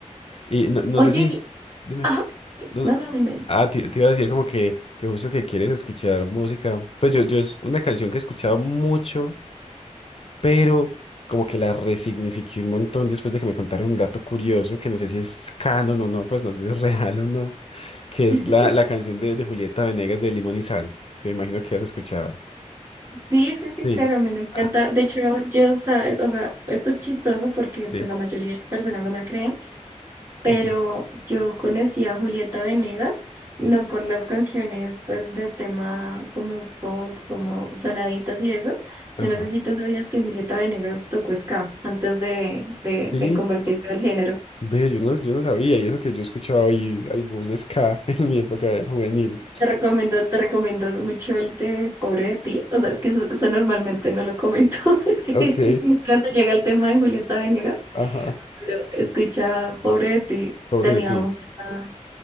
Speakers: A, on the left (about 50°); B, on the right (about 25°).
A: Y no, no
B: Oye,
A: sé si,
B: y-
A: dime,
B: ajá, sí,
A: no-
B: no, no, dime.
A: ah, te, te iba a decir como que, que justo que quieres escuchar música, pues yo, yo es una canción que he escuchado mucho pero como que la resignifiqué un montón después de que me contaron un dato curioso, que no sé si es canon o no, pues no sé si es real o no, que es
B: <laughs>
A: la, la canción de, de Julieta Venegas de Limón y Sal, que me imagino que has escuchado.
B: Sí, sí, sí,
A: Sí.
B: claro, a mí me encanta.
A: Ah,
B: De hecho, yo, sabes, o sea, esto es chistoso porque
A: sí.
B: pues, la mayoría de personas no me creen, pero
A: Ujú.
B: yo conocí a Julieta Venegas, no por las canciones, pues, de tema como pop, como sonaditas y eso.
A: Ajá.
B: Yo no sé si tú sabías que Julieta Venegas tocó ska antes de, de,
A: Sí,
B: de convertirse al género.
A: ve, yo no, yo no sabía, y eso que yo escuchaba ahí algún ska <laughs> en mi época juvenil.
B: Te recomiendo, te recomiendo mucho el de Pobre de ti. O sea, es que eso, eso normalmente no lo comento <laughs> porque
A: Ok,
B: nunca se llega al tema de Julieta Venegas
A: ajá,
B: Pero escucha, pobre de ti,
A: pobre
B: tenía
A: de ti.
B: una,